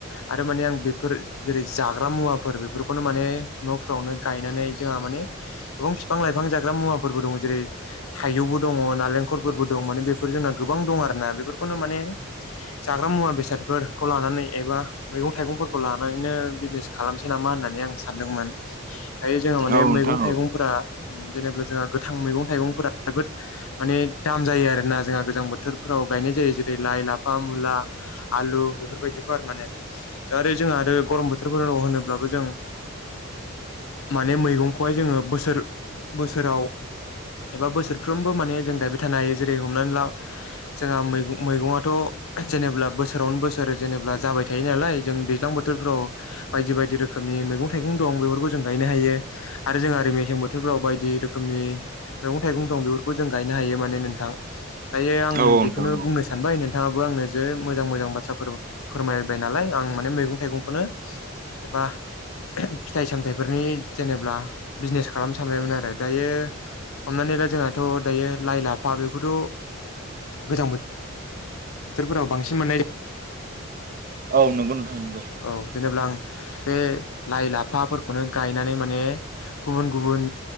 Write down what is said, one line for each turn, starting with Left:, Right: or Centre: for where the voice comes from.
Left: आरो माने आं बेफोर जेरै जाग्रा मुवाफोर बेफोरखौनो माने न'फ्रावनो गायनानै जोंहा गोबां फिफां लाइफां जागोन मुवाबो दं जेरै थाइजौबो दङ नालेंखलफोरबो दं माने बेफोर जोंना गोबां दं आरोना बेफोरखौ खौनो माने जाग्रा मुवा बेसादफोरखौ लानानै एबा मैगं थाइगंफोरखौ लानानैनो बिजनेस खालामसै नामा होननानै आं सानदोंमोन दायो जोंहा माने
Right: औ नोंथां
Left: मैगं थाइगंफोरा
Right: औ
Left: जेनेा जोंहा गोथां मैगं थाइगंफोरा जोबोद माने दाम जायो आरोना जोंहा गोजां बोथोरफ्राव गायनाय जायो जेरै लाइ लाफा मुला आलु बेफोरबायदिखौ आरो माने जोंहा आरो गरम बोथोराव बोथोरफोर होनोब्लाबो जों माने मैगंखौहाय जोङो बोसोर बोसोराव एबा बोसोरफ्रोमबो माने जों गायबाय थानो हायो जेरै हमनानै ला जोंहा मैगंआथ' जेनेबब्ला बोसोरावनो बोसोर जेनेबा जाबाय थायो नालाय जों दैज्लां बोथोरफ्राव बायदि बायदि रोखोम मनि मैगं थाइगं दं बेफोरखौ जों गायनो हायो आरो जों ओरै मेसें बोथोरफ्राव बाय बायदि रोखोमनि मैगं थाइगं दं बेफोरखौ जों गायनो हायो माने नोंथां दायो आं
Right: औ नोंथां
Left: बेखौनो
Right: औ
Left: बुंनो सानबाय नों बिथाङाबो आंनो जे मोजां मोजां बाथ्राफोर फोरमायबाय नालाय आं माने मैगं थाइगंखौनो एबा फिथाइ सामथायाइफोरनि जेनेबा बिजनेस खालामनो सानबायमोन आरो दायो हमनानै दा जोंहाथ' दायो लाइ लाफा बेखौथ' गोजां बोथोर बोथोरफोराव बांसिन मोननाय
Right: औ नंगौ नंगौ
Left: औ जेनेबा आं बे लाइ लाफा फोरखौनो गायनानै माने गुबुन गुबुन